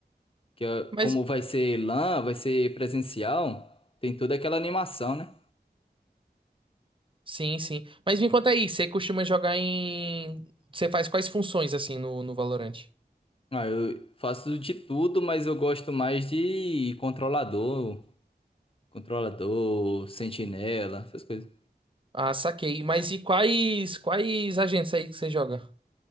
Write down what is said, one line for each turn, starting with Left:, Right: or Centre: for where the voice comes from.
Left: Que ó,
Right: Mas,
Left: como vai ser LAN, vai ser presencial, tem toda aquela animação, né?
Right: sim, sim. Mas me conta aí, você costuma jogar em... Você faz quais funções, assim, no, no Valorant?
Left: Ah, eu faço de tudo, mas eu gosto mais de controlador, controlador, sentinela, essas coisas.
Right: Ah, saquei. Mas e quais, quais agentes aí que você joga?